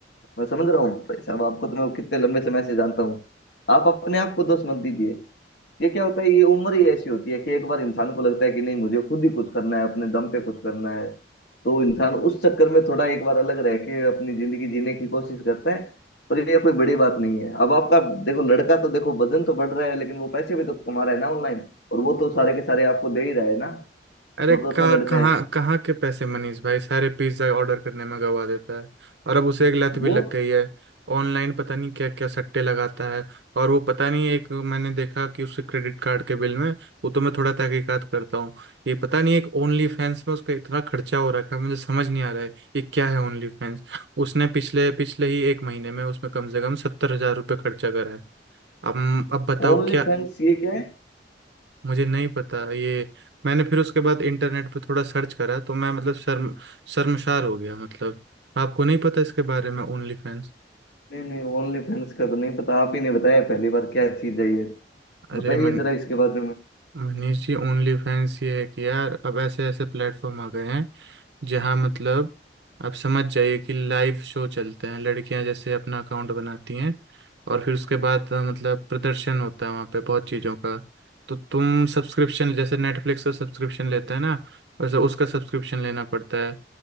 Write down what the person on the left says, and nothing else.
मैं समझ रहा हूँ भाई साहब आपको तो मैं कितने लंबे समय से जानता हूँ आप अपने आप को दोष मत दीजिए ये क्या होता है ये उम्र ही ऐसी होती है कि एक बार इंसान को लगता है कि नहीं मुझे खुद ही कुछ करना है अपने दम पे कुछ करना है तो इंसान उस चक्कर में थोड़ा एक बार अलग रह के अपनी जिंदगी जीने की कोशिश करता है पर ये कोई बड़ी बात नहीं है अब आपका देखो लड़का तो देखो वजन तो बढ़ रहा है लेकिन वो पैसे भी तो कमा रहा है ना ऑनलाइन और वो तो सारे के सारे आपको दे ही रहा है ना
वो
तो अच्छा लड़का
है
वो
ओनली
फैंस ये क्या है
नहीं नहीं ओनली फैंस का तो नहीं पता आप ही ने बताया पहली बार क्या चीज है ये
बताइए
जरा इसके बारे में